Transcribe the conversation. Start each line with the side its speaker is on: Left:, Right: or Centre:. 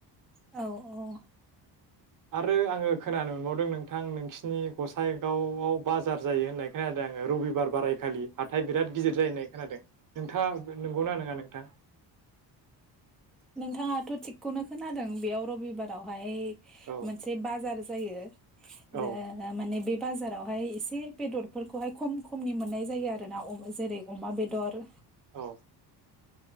Centre: औ औ
Right: आरो आङो खोनानो मोनबावदों नोंथां नोंसिनि गसाइगावआव बा जार जायो होननाय खोनादों आङो रबिबार बाराय खालि हाथाय बिराद गिदिर जायो होननाय खोनादों नोंथाङा नंगौना नङा नोंथां
Centre: नोंथाङाथ थिगखौनो खोनादों बेयाव रबिबारावहाय
Right: औ
Centre: मोनसे बाजार जायो जे
Right: औ
Centre: माने बे बाजारावहाय एसे बेदरफोरखौहाय खम खमनि मोननाय जायो आरो ना जेरै अमा बेदर
Right: औ